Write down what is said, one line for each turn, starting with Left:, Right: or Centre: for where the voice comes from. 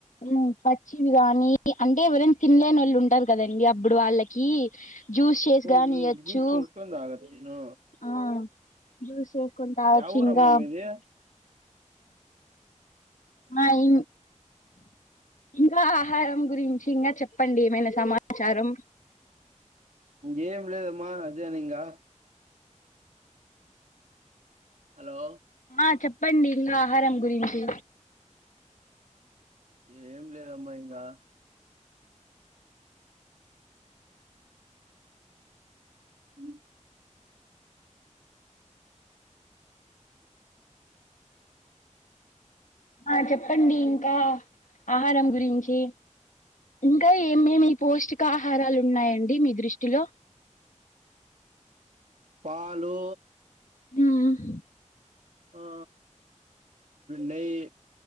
Left: ఉమ్ పచ్చివి కానీ అంటే ఎవరైనా తిన్నాలేనోళ్లు
Right: ఉమ్.
Left: ఉంటారు కదండి అప్పుడు వాళ్ళకి జ్యూస్ చేసి
Right: అ ఉమ్
Left: గాని ఇయ్యొచ్చు
Right: జూస్ చేసుకుని తాగొచ్చా
Left: ఆ జ్యూస్ చేసుకొని తాగొచ్చు
Right: ఏ ఊర
Left: ఇంకా
Right: అమ్మమ్ది
Left: ఆ ఈ ఇంకా ఆహారం గురించి ఇంకా చెప్పండి ఏమైనా సమాచారం
Right: ఇంకా ఏం లేదమ్మా అదేనింగా హలో
Left: ఆ చెప్పండి ఇంకా ఆహారం గురించి
Right: ఏం లేదమ్మా ఇంకా మ్
Left: ఆ చెప్పండి ఇంకా ఆహారం గురించి ఇంకా ఏమేమి ఈ పౌష్టికాహ ఆహారాలు ఉన్నాయండి మీ దృష్టిలో
Right: పాలు
Left: ఉమ్
Right: ఆ నెయ్యి